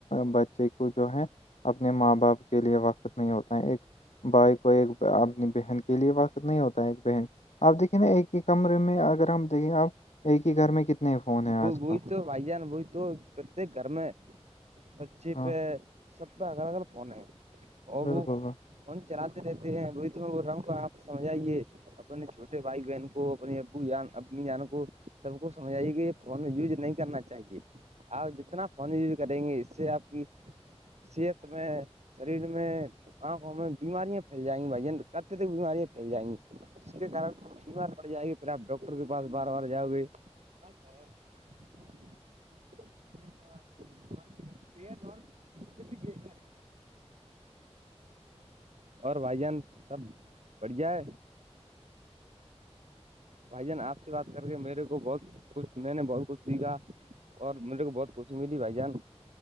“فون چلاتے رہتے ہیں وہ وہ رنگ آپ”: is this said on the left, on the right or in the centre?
Right